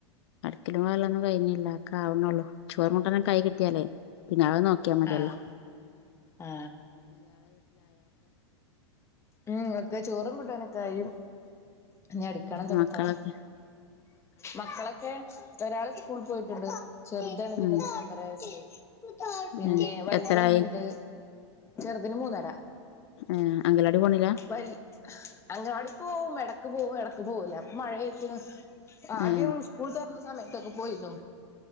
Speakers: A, on the left (about 60°); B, on the left (about 15°).
A: അടിക്കലും വാരലും ഒന്നും കഴിഞ്ഞില്ല ഒക്കെ ആവുന്നുള്ളൂ ചോറും കൂട്ടാനും ആയി തന്നെ കൈ കിട്ടിയാലേ പിന്നെ ആ നോ നോക്കിയ മതിയല്ലോ.
B: ആ ആ ഉം ഒക്കെ ചോറും കൂട്ടാനൊക്കെ ആയി ഇനി അടിക്കണം തുടക്കണം
A: മക്കളൊക്കെ
B: മക്കളൊക്കെ ഒരാൾ സ്കൂൾ പോയിട്ടുണ്ട് ചെറുതാണ് പിന്നെ
A: ഉം
B: ഒന്നു ഒന്നര വയസ് പിന്നെ
A: ഏ
B: വലുതൊന്നുണ്ട്
A: എത്രായി
B: ചെറുതിന് മൂന്നര
A: ഏ അംഗലവാടി പോണില്ല
B: വല്യയഅങ്ങനവാടി പോവും ഇടക്ക് പോവും ഇടക്ക് പോവൂല്ലപ്പൊ മഴയായിട്ട ആദ്യം
A: ഏ
B: സ്കൂൾ തുറന്ന സമയത്തൊക്കെ പോയിരുന്നു